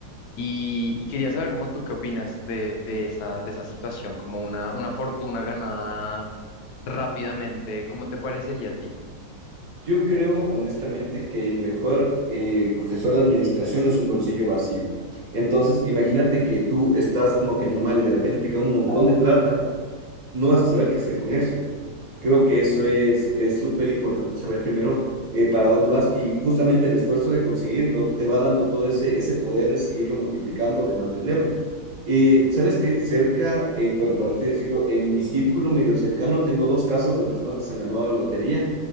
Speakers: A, on the left; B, on the right.
A: y, y quería saber cómo tú qué opinas de, de esa, de esa situación, como una, una fortuna ganada rápidamente, ¿cómo te parecería a ti?
B: Yo creo honestamente que el mejor eh, profesor de administración es un bolsillo vacío. Entonces, imagínate que tú estás como que normal y de repente te cae un montón de plata, no vas a saber qué hacer con eso. Creo que eso es súper es súper importante saber primero eh, para dónde vas y justamente el esfuerzo de conseguirlo te va dando todo ese, ese poder de seguirlo multiplicando, de mantenerlo. Y sabes que cerca, eh, bueno, por así decirlo, en mi círculo medio cercano tengo dos casos de personas que se han ganado la lotería